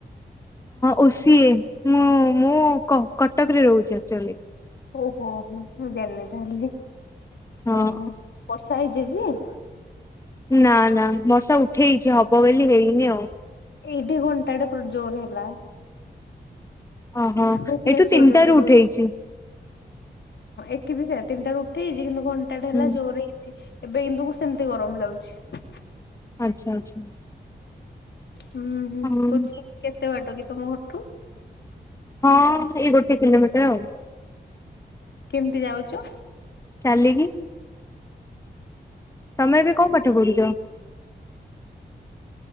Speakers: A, on the left (about 15°); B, on the left (about 75°).
A: ଓସିିଏ ମୁଁ ମୁଁ କଟକରେ ରହୁଚି ଆକ୍ଚୋଲି।
B: <inaudible>
A: ହଁ ନା ନା ବର୍ଷା ଉଠେଇଚି, ହବ ବଲି ହେଇନି ଆଉ।
B: ଏଇଠି ଘଣ୍ଟାଟେ ଜୋରେ ହେଲା।
A: ଓହୋ
B: ଭୁବ୍ନେଶ୍ଵର୍
A: ଏଠୁ ତିନିଟାରୁ
B: ରେ ମୁଁ ରହୁଚି।
A: ଉଠେଇଛି
B: ଏଠି ବି ସେୟା ତିନିଟାରୁ ଉଠେଇଚି। କିନ୍ତୁ ଘଣ୍ଟାଟା ହେଲା
A: ହୁଁ
B: ଜୋ ଏବେ କିନ୍ତୁ ସେମ୍ତି ଗରମ୍ ଲାଗୁଛି।
A: <inaudible>
B: ହୁଁ ହୁଁ,
A: ହଁ
B: କୋଚିଂ କେତେ ବାଟ କି ତମ ଘର୍ ଠୁ?
A: ହଁ, ଏଇ ଗୋଟି କିଲୋମିଟର୍ ଆଉ।
B: କେମ୍ତି ଯାଉଚ?
A: ଚାଲିକି। ତମେ ଏବେ ଙ୍କ ପାଠ ପଢୁଚ?